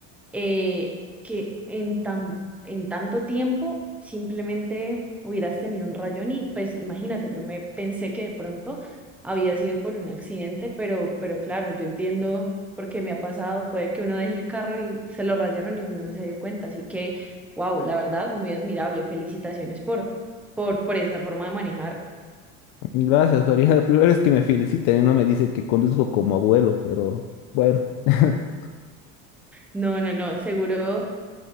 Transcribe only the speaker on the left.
Gracias, María. La primera vez que me felicitan y no me dicen que conduzco como abuelo, pero bueno. <laughs>